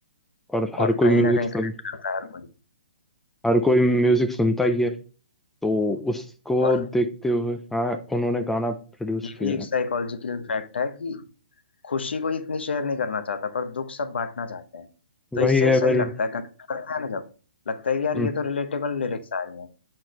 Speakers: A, in the centre; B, on the left (about 75°).
A: और हर
B: और
A: कोई
B: कहीं
A: म्यूजिक
B: ना कहीं
A: सुन
B: कनेक्ट करता है हर कोई
A: हर कोई म्यूजिक सुनता ही है तो उसको
B: और
A: देखते हुए हाँ उन्होंने गाना प्रोड्यूस
B: ये
A: किया
B: भी एक
A: है
B: साइकोलॉजिकल फैक्ट है कि खुशी को इतनी शेयर नहीं करना चाहता पर दुख सब बांटना चाहते हैं तो
A: वही
B: इससे
A: है भाई
B: सही लगता है कनेक्ट करता है ना जब लगता है कि यार
A: हम्म
B: ये तो रिलेटेबल लिरिक्स आ रही हैं